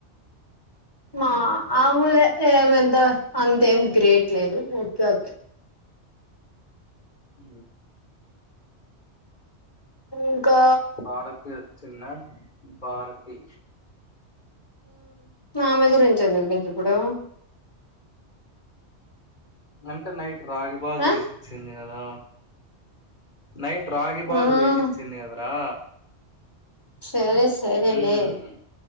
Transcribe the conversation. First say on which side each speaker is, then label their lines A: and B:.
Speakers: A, on the left; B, on the left.
A: మా మామూలే ఏమంత అంతేం గ్రేట్ లేదు ఓకే ఓకే
B: ఉ
A: ఇంకా
B: భారతి వచ్చిందా భారతి
A: ఆమె గురించి ఎందుకు నీకు ఇప్పుడు
B: అంటే నైట్ రాగిపాల్
A: ఆ
B: చేసిచ్చింది కదా నైట్ రాగి పాల్
A: మ్మ్
B: చేసి ఇచ్చింది కదరా
A: సరే సరేలే
B: మ్